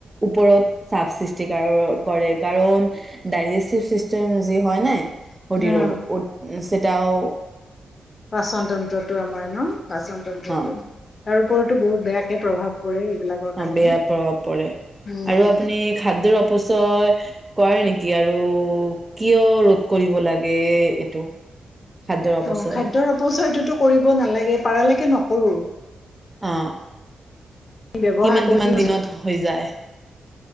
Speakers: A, on the right; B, on the left.
A: ওপৰত চাপ সৃষ্টি কৰে কাৰণ ডাইজেষ্টিভ ছিষ্টেম যি হয় নাই শৰীৰৰ
B: অ
A: উম। তেতিয়াও
B: পাচন তন্ত্ৰটো আমাৰ ন পাচন তন্ত্ৰটো
A: হয়
B: তাৰ উপৰতো বহুত বেয়া এ প্ৰভাৱ পৰে এইবিলাকৰ কাৰণে
A: অ বেয়া প্ৰভাৱ পৰে
B: উম
A: আৰু আপুনি খাদ্যৰ অপচয় কৰে নেকি আৰু কিয় ৰোধ কৰিব লাগে এইটো খাদ্যৰ অপচয়
B: অ খাদ্যৰ অপচয়টো কৰিব নালাগে পাৰালৈকে নক ৰো।
A: অ
B: ব্যৱহাৰ
A: কিমান
B: কৰি
A: কিমান
B: দিওঁ
A: দিনত হৈ যায়?